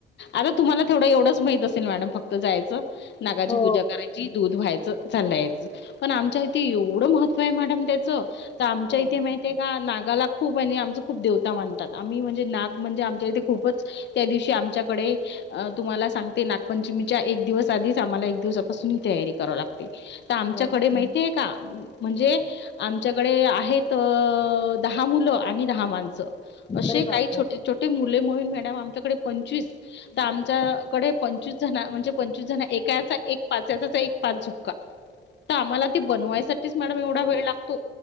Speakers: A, on the left; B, on the left.
A: आता तुम्हाला तेवढं एवढंच माहित असेल मॅडम फक्त जायचं नागाची
B: हो
A: पूजा करायची दूध व्हायचं चाललायचं पण आमच्या इथे एवढं महत्व मॅडम त्याच तर आमच्या
B: हो
A: इथे माहतीय का गाला खूप आणि आमचं खूप देवता मानतात आम्ही म्हणजे नाग म्हणजे आमच्या इथे खूपच त्या दिवशी आमच्याकडे तुम्हाला सांगते नागपंचमीच्या एक दिवस आधीच आम्हाला एक दिवसापासून इथे तयारी करावी लागते तर आमच्याकडे
B: हो ना
A: माहिती आहे का म्हणजे आमच्याकडे आहेत दहा मुलं आणि दहा माणस असे
B: अरे
A: काही
B: बापरे
A: छोटे छोटे मुले म्हणून मॅडम आमच्या ंचस तर आमच्याकडे पंचवीस जण म्हणजे पंचवीस जण एकाचा एक पाचचा पाच झुपका तर आम्हाला ते बनवायसाठीच मॅडम एवढा वेळ लागतो